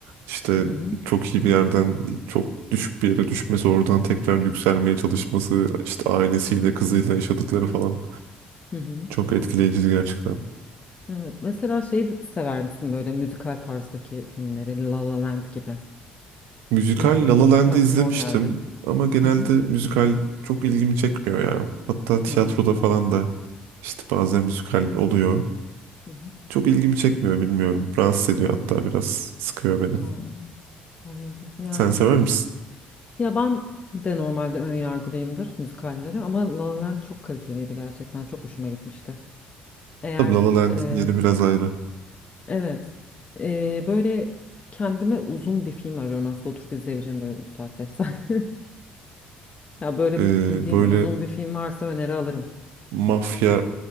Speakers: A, on the right (about 65°); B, on the left (about 30°).
A: işte
B: Hı hı.
A: çok iyi bir yerden çok düşük bir yere düşmesi oradan tekrar yükselmeye çalışması işte ailesiyle kızıyla yaşadıkları falan
B: Hı hı.
A: çok etkileyiciydi gerçekten.
B: Evet. Mesela şeyi de sever misin böyle müzikal tarzdaki filmleri La La Land gibi.
A: Müzikal
B: İyi film
A: La
B: deyince
A: La Land'i
B: aklıma
A: izlemiştim
B: o geldi.
A: ama genelde
B: Hı hı.
A: müzikal çok ilgimi çekmiyor ya. Hatta tiyatroda
B: Hı hı.
A: falan da işte bazen müzikal oluyor.
B: Hı hı.
A: Çok ilgimi çekmiyor bilmiyorum. Rahatsız ediyor hatta biraz sıkıyor beni.
B: Aa, anladım. Yani
A: Sen sever misin?
B: ya ben de normalde ön yargılıyımdır müzikallere ama La La Land çok kaliteliydi gerçekten. Çok hoşuma gitmişti. Eğer
A: Tabii La La Land'in
B: e,
A: yeri biraz ayrı.
B: evet e, böyle kendime uzun bir film arıyorum aslında oturup izleyebileceğim böyle 3 saat 5 saat. <laughs> Ya böyle
A: Ee,
B: bildiğin
A: böyle
B: uzun bir film varsa öneri alırım.
A: mafya